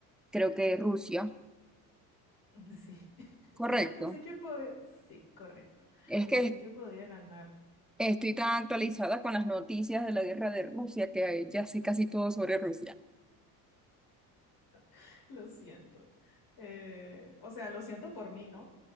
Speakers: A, in the centre; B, on the left.
A: Creo que Rusia.
B: <laughs> sí.
A: Correcto.
B: Pensé que podía. Sí, correcto.
A: Es
B: Pensé
A: que
B: que podía ganar.
A: estoy tan actualizada con las noticias de la guerra de Rusia que ya sé casi todo sobre Rusia.
B: <laughs> Lo siento. Eh, o sea, lo siento por mí, ¿no?